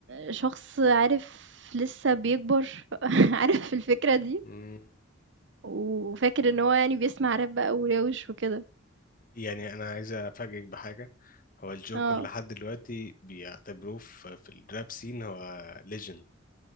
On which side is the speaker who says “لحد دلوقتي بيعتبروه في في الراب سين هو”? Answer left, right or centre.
Left